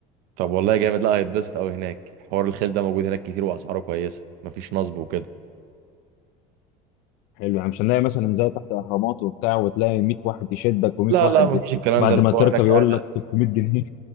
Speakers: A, on the right (about 60°); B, on the left (about 55°).
A: طب والله جامد لا هيتبسط قوي هناك حوار الخيل ده موجود هناك كتير واسعاره كويسه مفيش نصب وكده
B: حلو يعني مش هنلاقي مثلا زي تحت اهرامات وبتاع وتلاقي 100 واحد يشدك و100
A: لا
B: واحد
A: لا مفيش الكلام
B: بعد
A: ده الموضوع
B: ما تركب
A: هناك
B: يقول
A: قاعد
B: لك 300 جنيه